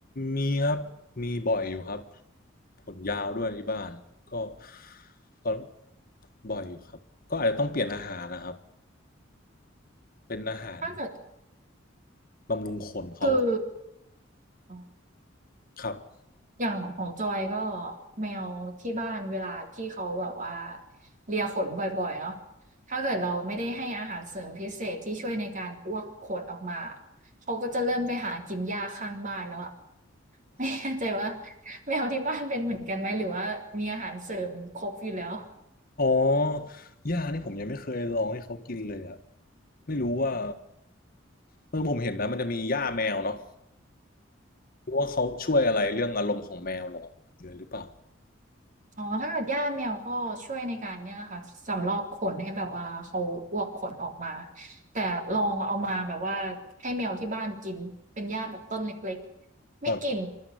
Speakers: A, on the left (about 45°); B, on the right (about 40°).
A: มีครับมีบ่อยอยู่ครับผลยาวด้วยที่บ้านก็ก็บ่อยอยู่ครับก็อาจจะต้องเปลี่ยนอาหารนะครับเป็นอาหาร
B: ถ้าเกิด
A: บำรุงคนเขา
B: คืออ๋อ
A: ครับ
B: อย่างของจอยก็แมวที่บ้านเวลาที่เขาแบบว่าเลียขนบ่อยๆเนาะถ้าเกิดเราไม่ได้ให้อาหารเสริมพิเศษที่ช่วยในการลวกขนออกมาเขาก็จะเริ่มไปหากินหญ้าข้างบ้านแล้วอะ <laughs> ไม่แน่ใจว่าแมวที่บ้านเป็นเหมือนกันไหมหรือว่ามีอาหารเสริมครบอยู่แล้ว
A: อ๋อหญ้านี่ผมยังไม่เคยลองให้เขากินเลยอะไม่รู้ว่าเออผมเห็นนะมันจะมีหญ้าแมวเนาะไม่รู้ว่าเขาช่วยอะไรเรื่องอารมณ์ของแมวหรอเยอะหรือเปล่า
B: อ๋อถ้าเกิดหญ้าแมวก็ช่วยในการเนี่ยค่ะสำรอกขนให้แบบว่าเขาอ้วกขนออกมาแต่ลองเอามาแบบว่าให้แมวที่บ้านกินเป็นหญ้าแบบต้นเล็กๆไม่กิน
A: เออ